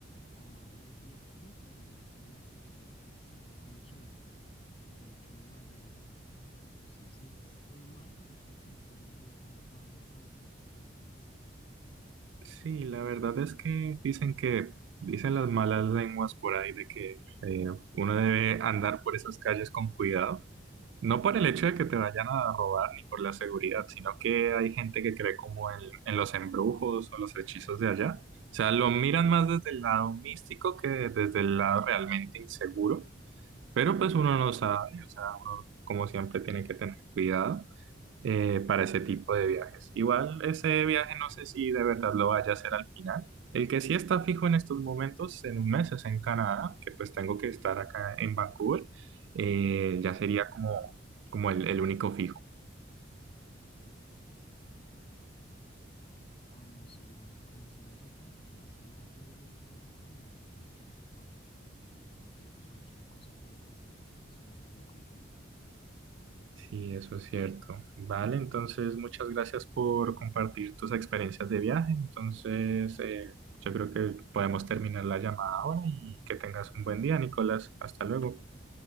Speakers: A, on the left; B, on the right.
A: Además del itinerario, también lo de la seguridad no es, no es tan chévere. Pues de hecho, Nueva Orleans, no sé si estoy mal, pero creo que no tiene muy buena fama en cuanto a su seguridad.
B: Sí, la verdad es que dicen que, dicen las malas lenguas por ahí de que eh, uno debe andar por esas calles con cuidado, no por el hecho de que te vayan a robar ni por la seguridad, sino que hay gente que cree como en, en los embrujos o los hechizos de allá. O sea, lo miran más desde el lado místico que desde el lado realmente inseguro, pero pues uno no sabe, o sea, uno como siempre tiene que tener cuidado eh, para ese tipo de viajes. Igual ese viaje no sé si de verdad lo vaya a hacer al final. El que sí está fijo en estos momentos, en un mes, es en Canadá, que pues tengo que estar acá en Vancouver. Eh, ya sería como, como el, el único fijo.
A: Ah, bueno, sí, igual, como decimos acá, así uno vaya a un lugar relajado, no hay, no hay que dar papaya, porque pues cualquier cosa puede pasar si uno está muy confiado.
B: Sí, eso es cierto. Vale, entonces muchas gracias por compartir tus experiencias de viaje. Entonces, eh, yo creo que podemos terminar la llamada ahora y que tengas un buen día, Nicolás. Hasta luego.